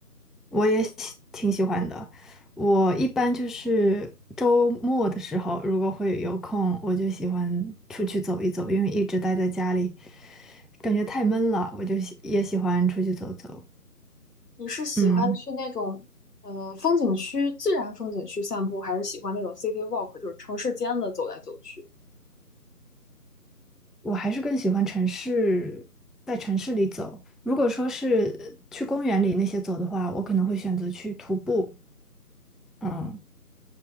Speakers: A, in the centre; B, on the left.
A: 我也喜挺喜欢的。我一般就是周末的时候，如果会有空，我就喜欢出去走一走，因为一直待在家里，感觉太闷了，我就喜也喜欢出去走走。
B: 你是喜欢去那种呃风景区、
A: 嗯，
B: 自然风景区散步，还是喜欢那种 city walk，就是城市间的走来走去？
A: 我还是更喜欢城市，在城市里走。如果说是去公园里那些走的话，我可能会选择去徒步。嗯。